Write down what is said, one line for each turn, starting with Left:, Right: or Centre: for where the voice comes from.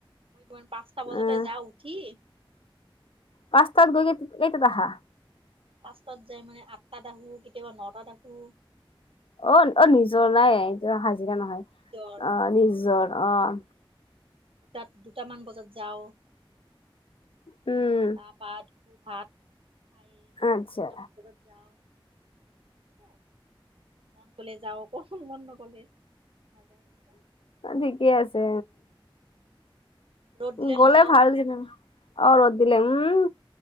Right: মই কিমান পাঁচটা বজাতে
Left: আহ
Right: যাওঁ উঠি।
Left: পাঁচ তাত গৈ কেইটাত আহা?
Right: পাচ তাত যাই মানে আঠ তাত আহো কেতিয়াবা নটাত আহো।
Left: অ', অ', নিজৰ নাই এইটো হাজিৰা নহয় অ',
Right: নিজৰ
Left: নিজৰ অ'।
Right: তাত দুটামান বজাত যাও।
Left: উম।
Right: তাৰপা <unintelligible> ভাত খায়ে
Left: আচ্ছা
Right: দুটামান বজাত যাওঁ। সেনেকে মন গ'লে যাও অক মন নগ'লে নাযাও <unintelligible>
Left: ঠিকেই আছে
Right: ৰ'দ দিলে
Left: গ'লে
Right: নাযাওঁ
Left: ভাল যেনিবা। অ', ৰ'দ দিলে উম।